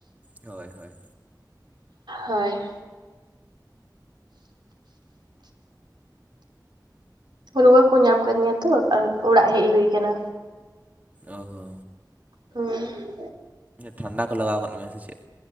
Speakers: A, on the right (about 20°); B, on the right (about 80°).
A: ᱦᱳᱭ ᱦᱳᱭ
B: ᱦᱳᱭ ᱨᱩᱣᱟᱹ ᱠᱚ ᱧᱟᱢ ᱟᱠᱟᱫᱤᱧᱟ ᱛᱚ ᱚᱲᱟᱜ ᱦᱮᱡ ᱦᱩᱭ ᱠᱟᱱᱟ
A: ᱚ ᱦᱚ
B: ᱦᱩᱸ
A: ᱴᱷᱟᱱᱰᱟ ᱠᱚ ᱞᱟᱜᱟᱣ ᱠᱟᱫ ᱢᱮᱭᱟ ᱥᱮ ᱪᱮᱫ?